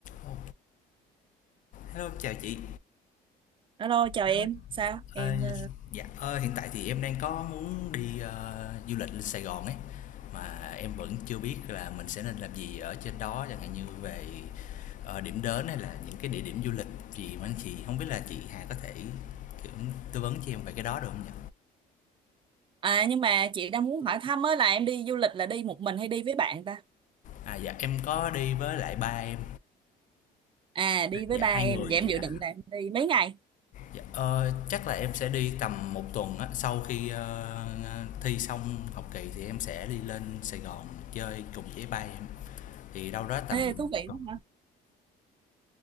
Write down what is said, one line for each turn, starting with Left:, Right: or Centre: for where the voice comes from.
Left: Ồ, Hello, chào chị.
Right: Alo chào
Left: Đó,
Right: em sao
Left: dạ,
Right: em
Left: ờ,
Right: ờ,
Left: dạ, ờ, hiện tại thì em đang có muốn đi ờ, du lịch lên Sài Gòn ấy mà em vẫn chưa biết là mình sẽ nên làm gì ở trên đó chẳng hạn như về ờ, điểm đến hay là những cái địa điểm du lịch gì mà anh chị không biết là chị Hà có thể kiểu tư vấn cho em về cái đó được không nhỉ?
Right: à nhưng mà chị đang muốn hỏi thăm á là em đi du lịch là đi một mình hay đi với bạn ta
Left: À dạ em có đi với lại ba em.
Right: à đi với
Left: Dạ
Right: ba
Left: hai
Right: em
Left: người.
Right: vậy em
Left: Dạ.
Right: dự định là em đi mấy ngày
Left: Dạ, Ờ, chắc là em sẽ đi tầm một tuần á sau khi ờ, thi xong học kỳ thì em sẽ đi lên Sài Gòn chơi cùng với ba em thì đâu đó tầm
Right: ê thú vị
Left: tuần
Right: quá hả